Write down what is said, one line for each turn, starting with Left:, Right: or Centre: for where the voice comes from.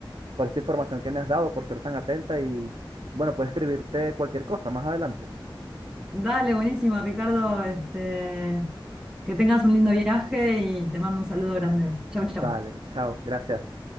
Right: por esta información que me has dado, por ser tan atenta y bueno, puedes escribirte cualquier cosa más adelante.
Centre: Dale, buenísimo, Ricardo. Este, que tengas un lindo viaje y te mando un saludo grande. Chau, chau.
Right: Vale, chao, gracias.